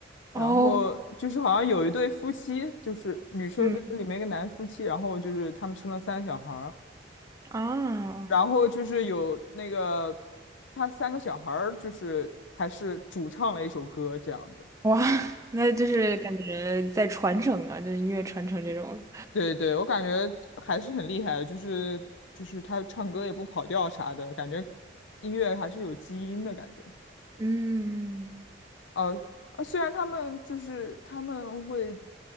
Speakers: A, on the left (about 75°); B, on the right (about 15°).
A: 然后就是好像有一对夫妻，
B: 哦，
A: 就是女生跟里面一个男夫妻，
B: 嗯
A: 然后就是他们生了三个小孩儿，
B: 啊。
A: 然后就是有那个他三个小孩儿就是还是主唱了一首歌这样子。
B: 哇，<laughs> 那就是感觉在传承啊，就是音乐传承这种的
A: 对对，我感觉还是很厉害的，就是就是他唱歌也不跑调啥的，感觉音乐还是有基因的感觉。
B: 嗯，
A: 呃啊，虽然他们就是他们会，